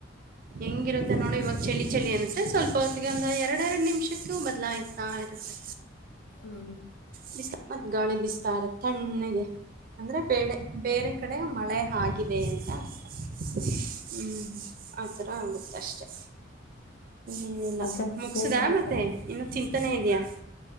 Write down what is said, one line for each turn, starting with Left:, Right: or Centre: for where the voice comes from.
Right: ಹೆಂಗಿರುತ್ತೆ ನೋಡಿ ಇವಾಗ ಚಳಿ ಚಳಿ ಅನ್ಸೆ ಸ್ವಲ್ಪ ಹೊತ್ತಿಗೆ ಒಂದು ಎರಡೆ ಎರಡು ನಿಮಿಷಕ್ಕೂ ಬದ್ಲಾಗ್ತಾ ಇರುತ್ತೆ
Left: ಹ್ಮ
Right: ಬಿಸ್ಲು ಮತ್ ಗಾಳಿ ಬಿಸ್ತಾರ ತಣ್ಣಗೆ ಅಂದ್ರೆ ಬೇ ಬೇರೆ ಕಡೆ ಮಳೆ ಆಗಿದೆ ಅಂತ ಅರ್ಥ ಹ್ಮ ಆ ಥರ ಆಗುತ್ತಷ್ಟೆ ಇನಿಲ್ಲ
Left: ಮತ್ತೆ
Right: ಮುಗಿಸದ
Left: ಏನ್ ಸಮಾಚಾರ
Right: ಮತ್ತೆ ಇನ್ನೂ ಚಿಂತನೆ ಇದೆಯಾ